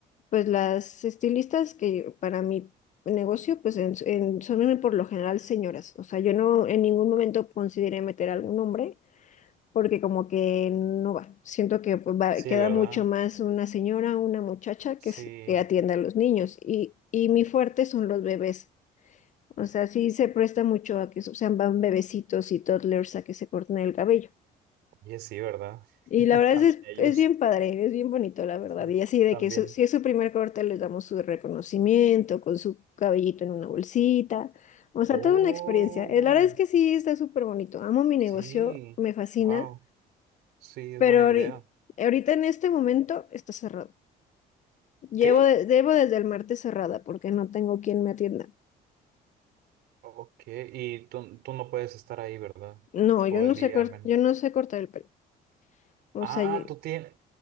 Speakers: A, on the left; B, on the right.
A: pues las estilistas que para mi negocio, pues en- en- son por lo general señoras. O sea, yo no en ningún momento consideré meter algún hombre porque como que no va. Siento que pues, va-
B: Sí,
A: queda
B: ¿verdad?
A: mucho más una señora, una muchacha
B: Sí.
A: que, s- que atienda a los niños. Y, y mi fuerte son los bebés. O sea, sí se presta mucho a que sean van bebecitos y toddlers a que se corten el cabello.
B: Oye, sí, ¿verdad?
A: Y
B: <laughs>
A: la verdad
B: También
A: es, es,
B: ellos.
A: es bien padre, es bien bonito, la verdad.
B: Sí,
A: Y así de
B: también.
A: que su- si es su primer corte, les damos su reconocimiento con su cabellito en una bolsita. O sea,
B: Oh,
A: toda una experiencia. Eh, La verdad es que sí, está súper bonito. Amo mi
B: sí,
A: negocio, me fascina,
B: wow, sí, es
A: pero
B: buena idea.
A: ahori- ahorita en este momento está cerrado. Llevo
B: ¿Qué?
A: de- debo desde el martes cerrada porque no tengo quien me atienda.
B: Ok, y tú, tú no puedes estar ahí, ¿verdad?
A: No,
B: Todo
A: yo no
B: el
A: sé,
B: día
A: cort-
B: al menos.
A: yo no sé cortar el pelo. O
B: Ah,
A: sea, yo-
B: tú tienes.